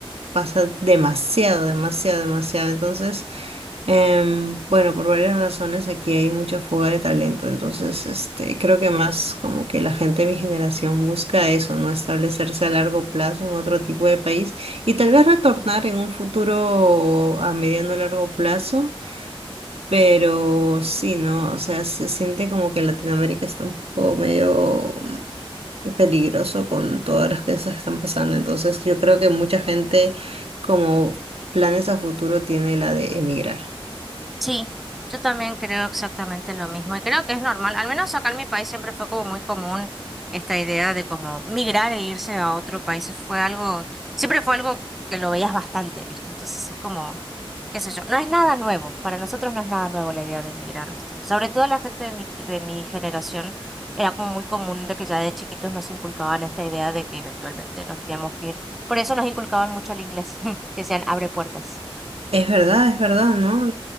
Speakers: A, on the right; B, in the centre.
A: pasa demasiado, demasiado, demasiado. Entonces... Em, bueno, por varias razones aquí hay mucha fuga de talento, entonces este, creo que más como que la gente de mi generación busca eso, ¿no? Establecerse a largo plazo en otro tipo de país y tal vez retornar en un futuro a mediano o largo plazo, pero sí, ¿no? O sea, se siente como que Latinoamérica está un poco medio mm, peligroso con todas las cosas que están pasando, entonces yo creo que mucha gente como planes a futuro tiene la de emigrar.
B: Sí, yo también creo exactamente lo mismo y creo que es normal. Al menos acá en mi país siempre fue como muy común esta idea de como migrar e irse a otro país. Fue algo, siempre fue algo que lo veías bastante, ¿viste? Entonces es como, qué sé yo, no es nada nuevo. Para nosotros no es nada nuevo la idea de migrar, ¿viste? Sobre todo la gente de mi, de mi generación era como muy común de que ya de chiquitos nos inculcaban esta idea de que eventualmente nos teníamos que ir. Por eso nos inculcaban mucho el inglés, <laughs> que sean abre puertas.
A: Es verdad, es verdad, ¿no?